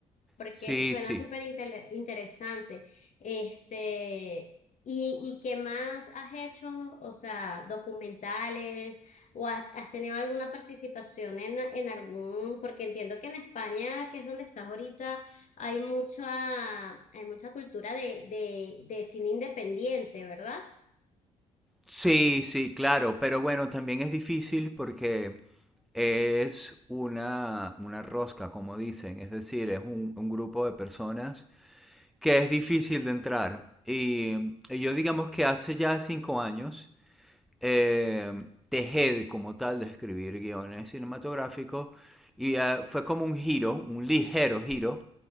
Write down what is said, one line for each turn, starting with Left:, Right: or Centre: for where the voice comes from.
Left: porque
Centre: sí,
Left: suena
Centre: sí.
Left: súper intele- interesante. Este, ¿y, y qué más has hecho? O sea, documentales, o has, has tenido alguna participación en, en algún, porque entiendo que en España, que es donde estás ahorita, hay mucha, hay mucha cultura de, de, de cine independiente, ¿verdad?
Centre: Sí, sí, claro, pero bueno, también es difícil porque es una, una rosca, como dicen, es decir, es un, un grupo de personas que es difícil de entrar. Y, y yo digamos que hace ya cinco años eh, dejé como tal de escribir guiones cinematográficos y eh, fue como un giro, un ligero giro,